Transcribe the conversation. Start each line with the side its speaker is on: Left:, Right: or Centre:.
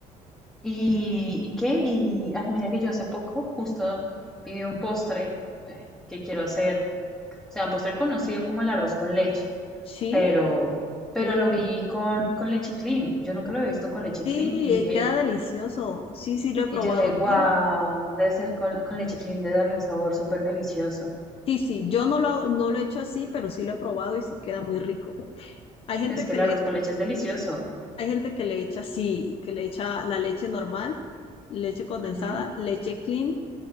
Centre: ¿Y, y qué? Y ay, mira que yo hace poco justo vi un postre eh, que quiero hacer, o sea, un postre conocido como el arroz con leche,
Left: Sí,
Centre: pero, pero
Left: uy,
Centre: lo vi con, con leche clean. Yo nunca lo había visto con leche
Left: sí,
Centre: clean
Left: eh,
Centre: y dije,
Left: queda delicioso, sí, sí lo he
Centre: y
Left: probado.
Centre: yo dije, wow,
Left: Yo no,
Centre: debe ser con, con leche clean, de darle un sabor súper delicioso.
Left: sí, sí, yo no lo, no lo he hecho así, pero sí lo he probado y sí queda muy rico. Hay gente
Centre: Es que
Left: que
Centre: el
Left: le
Centre: arroz con leche es delicioso.
Left: Hay gente que le echa así, que le echa la leche normal, leche condensada,
Centre: Ajá,
Left: leche clean